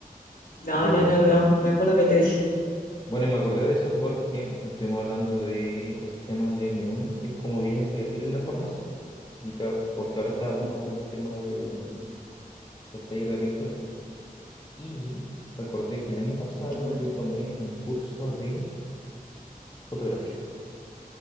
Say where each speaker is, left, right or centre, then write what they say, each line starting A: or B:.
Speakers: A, on the left (about 75°); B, on the left (about 30°).
A: No,
B: Eh,
A: no, no, no. Me acuerdo que te dije.
B: bueno, y me acordé de eso porque estuvimos hablando de el tema de mi uni, que es como bien integral en la formación. Y que, a- porque ahora estaba
A: "Mm,
B: tomando el tema del, del taller de pintura. Y recordé que el año pasado
A: Qué bueno.
B: yo tomé un curso de fotografía